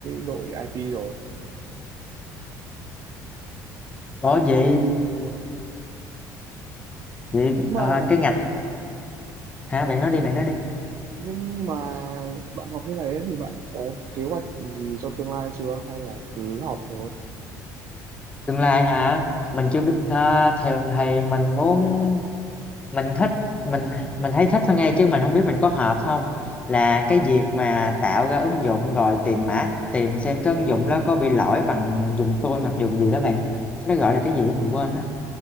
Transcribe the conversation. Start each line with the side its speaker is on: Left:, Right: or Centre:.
Right: đội IT rồi
Left: có
Right: Ừ,
Left: gì vậy
Right: nhưng
Left: ờ,
Right: mà
Left: cái ngành hả bạn nói
Right: nhưng
Left: đi bạn nói đi
Right: nhưng mà bạn học như này ấy, thì bạn có kế hoạch gì cho tương lai chưa hay là cứ học thôi
Left: tương lai hả mình chưa biết ờ, thường thì mình muốn mình thích mình mình thấy thích thôi nghe chứ mình không biết mình có hợp không là cái việc mà tạo ra ứng dụng rồi tìm mã tìm xem cái ứng dụng đó có bị lỗi bằng dùng phone hoặc dùng gì đó bạn nó gọi là cái gì đó mình quên